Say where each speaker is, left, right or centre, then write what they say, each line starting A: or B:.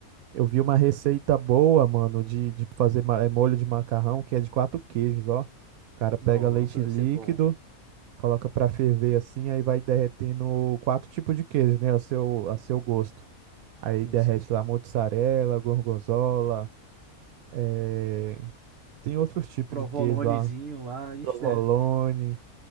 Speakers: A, on the right (about 80°); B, on the right (about 55°).
A: eu vi uma receita boa, mano, de, de fazer ma- é, molho de macarrão, que é de quatro queijos, ó. O cara pega
B: Nossa,
A: leite
B: deve
A: líquido,
B: ser bom.
A: Coloca pra ferver assim, aí vai derretendo quatro tipos de queijo, né? A seu, a seu gosto. Aí
B: Sim,
A: derrete
B: sim.
A: lá mozzarella, gorgonzola, eh, tem outros tipos
B: Um provolonezinho
A: de queijo lá.
B: lá. Ixi,
A: Provolone,
B: deve-